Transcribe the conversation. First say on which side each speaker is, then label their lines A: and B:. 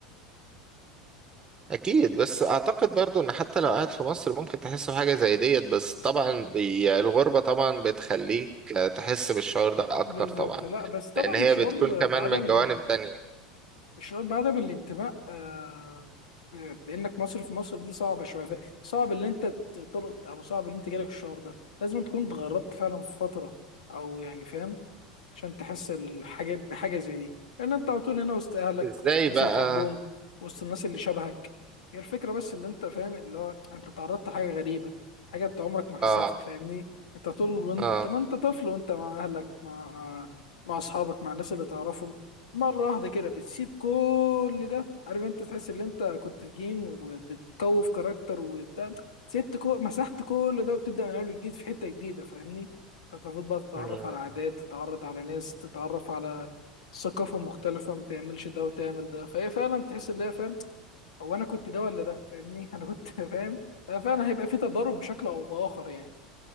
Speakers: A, on the right; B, on the left.
A: اكيد بس اعتقد برضو ان حتى لو قاعد في مصر ممكن تحس بحاجه زي ديت بس طبعا بي الغربه طبعا بتخليك تحس بالشعور ده اكتر
B: بالظبط
A: طبعا
B: لا بس طبعا
A: لان هي
B: الشعور
A: بتكون كمان
B: بعدم
A: من جوانب
B: الان-
A: تانية
B: الشعور بعدم الانتماء آه، ب- بانك مصري في مصر دي صعبه شويه ف- صعب ان انت تطلق او صعب ان انت جالك الشعور ده لازم تكون اتغربت فعلا في فتره او يعني فاهم عشان تحس الحاجة بحاجة زي دي لأن أنت على طول هنا وسط أهلك
A: ازاي
B: وسط الناس
A: بقى
B: اللي بتحبهم وسط الناس اللي شبهك هي الفكرة بس اللي أنت فاهم اللي هو أنت تعرضت لحاجة غريبة حاجة أنت عمرك ما حسيتها
A: اه
B: فاهمني أنت طول وأنت
A: اه
B: ما أنت طفل وأنت مع أهلك مع مع مع أصحابك مع الناس اللي تعرفهم مرة واحدة كده بتسيب كل ده عارف أنت تحس إن أنت كنت في جيم وبتقوي في كاركتر وبتاع سبت كو... مسحت كل ده وبتبدأ من أول جديد في حتة جديدة فاهمني فتفوت بقى تتعرف
A: مم.
B: على عادات تتعرض على ناس تتعرف على ثقافة مختلفة ما تعملش ده وتعمل ده فهي فعلا تحس ان هي فاهم هو انا كنت ده ولا ده فاهمني <laughs> انا كنت فاهم آه، فعلا هيبقى في تضارب بشكل او باخر يعني